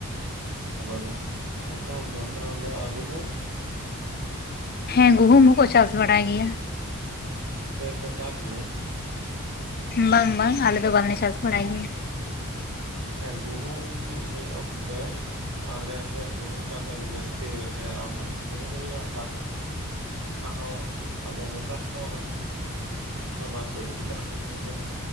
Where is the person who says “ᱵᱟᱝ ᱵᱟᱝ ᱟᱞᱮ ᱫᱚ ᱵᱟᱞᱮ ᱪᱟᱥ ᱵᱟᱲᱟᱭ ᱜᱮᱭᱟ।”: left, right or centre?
Left